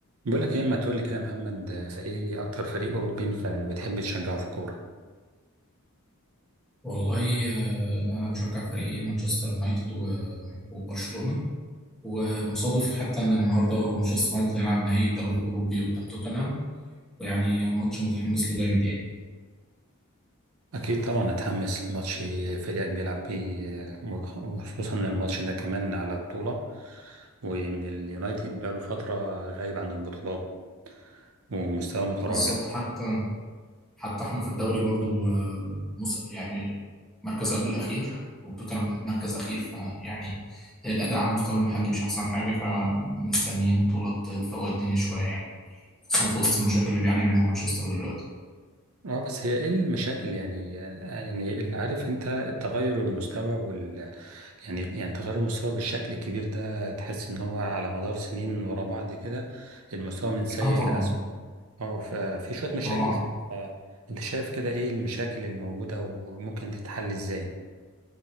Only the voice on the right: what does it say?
بقولك ايه ما تقولي كده يا محمد آه، ايه اكتر فريق اوروبي انت بتحب تشجعه في الكوره
اكيد طبعا اتحمس لماتش فريقك بيلعب بيه آه، وخصوصا ان الماتش ده كمان على بطوله وان اليونايتد بقاله فتره غايب عن البطولات ومستواه متراجع
اه بس هي ايه المشاكل يعني آه، يعني اللي عارف انت التغير المستوى يعني يعني تغير المستوى بالشكل الكبير ده تحس ان هو على مدار سنين ورا بعض كده المستوى من سيء
لأسوأ اه ففي شوية مشاكل
كده. آه، انت شايف كده ايه المشاكل الموجودة وممكن تتحل ازاي